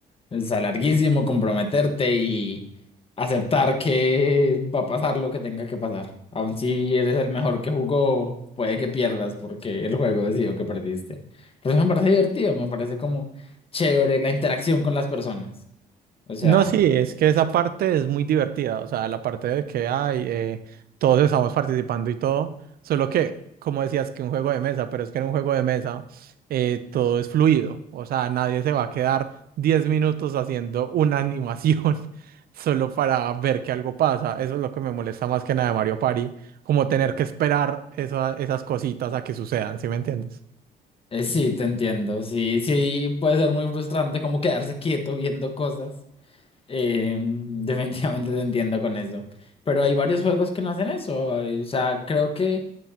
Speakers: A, on the left; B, on the right.
A: Es a larguísimo comprometerte y aceptar que va a pasar lo que tenga que pasar. Aun si eres el mejor que jugó, puede que pierdas porque el juego decidió que perdiste. Pero eso me parece divertido, me parece como chévere la interacción con las personas. O sea,
B: No, sí, es que esa parte es muy divertida, o sea, la parte de que ay, eh, todos estamos participando y todo, solo que, como decías, que un juego de mesa, pero es que en un juego de mesa eh, todo es fluido, o sea, nadie se va a quedar 10 minutos haciendo una animación <laughs> solo para ver que algo pasa, eso es lo que me molesta más que nada de Mario Party, como tener que esperar esa- esas cositas a que sucedan, ¿sí me entiendes?
A: eh, sí, te entiendo. Sí, sí, puede ser muy frustrante como quedarse quieto viendo cosas. Eh, <laughs> definitivamente te entiendo con eso. Pero hay varios juegos que no hacen eso. O sea, creo que...